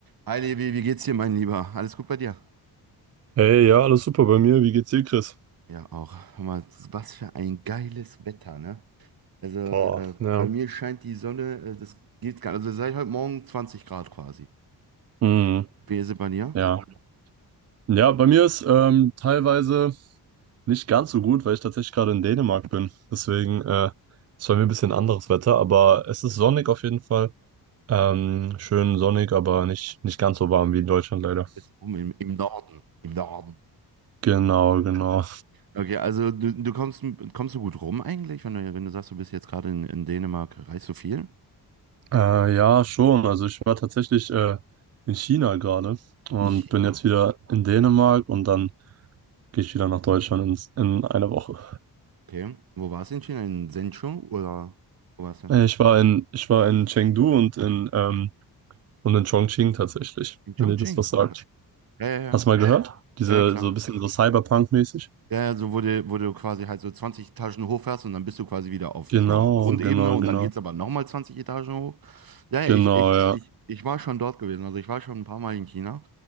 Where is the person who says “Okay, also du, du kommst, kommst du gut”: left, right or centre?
Right